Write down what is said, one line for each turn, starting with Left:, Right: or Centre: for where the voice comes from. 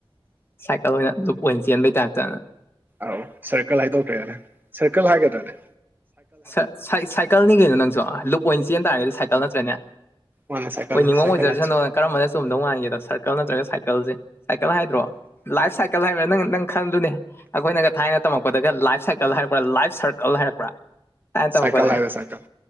Left: ꯁꯥꯏꯀꯜ ꯑꯣꯏꯅ ꯂꯨꯞ ꯑꯣꯏꯅ ꯆꯦꯟꯕꯩ ꯇꯥꯏꯞꯇ
Right: ꯑꯥꯎ ꯁꯔꯀꯜ ꯍꯥꯏꯗꯣꯛꯈ꯭ꯔꯦꯅꯦ ꯁꯔꯀꯜ ꯍꯥꯏꯒꯗ꯭ꯔꯅꯦ
Left: ꯁꯥꯏ ꯁꯥꯏ ꯁꯥꯏꯀꯜ ꯅꯤ ꯀꯩꯅꯣ ꯅꯪꯁꯨ ꯂꯨꯞ ꯑꯣꯏꯅ ꯆꯦꯟ ꯇꯥꯔꯒꯗꯤ ꯁꯥꯏꯀꯜ ꯅꯠꯇ꯭ꯔꯅꯦ
Right: ꯃꯥꯅꯦ ꯁꯥꯏꯀꯜꯅꯦ
Left: ꯑꯣꯏꯅꯤꯡꯕꯃ
Right: ꯁꯥꯏꯀꯜ
Left: ꯑꯣꯏꯖꯔꯁꯅꯨ
Right: ꯅꯠꯇꯦ
Left: ꯀꯔꯝꯕꯅ ꯆꯨꯝꯕꯗꯧ ꯃꯥꯟꯒꯦꯗꯣ ꯁꯔꯀꯜ ꯅꯠꯇ꯭ꯔꯒ ꯁꯥꯏꯀꯜꯖꯦ ꯁꯥꯏꯀꯜ ꯍꯥꯏꯗ꯭ꯔꯣ ꯂꯥꯏꯐ ꯁꯥꯏꯀꯜ ꯍꯥꯏꯕ꯭ꯔ ꯅꯪ ꯅꯪ ꯈꯜꯂꯨꯅꯦ ꯑꯈꯣꯏꯅꯒ ꯊꯥꯏꯅ ꯇꯝꯃꯛꯄꯗꯒ ꯂꯥꯏꯐ ꯁꯥꯏꯀꯜ ꯍꯥꯏꯔꯛꯄ꯭ꯔꯥ ꯂꯥꯏꯐ ꯁꯔꯀꯜ ꯍꯥꯏꯔꯛꯄ꯭ꯔ ꯊꯥꯏꯅ ꯇꯃꯛꯄꯗ
Right: ꯁꯥꯏꯀꯜ ꯍꯥꯏꯌꯣ ꯁꯥꯏꯀꯜ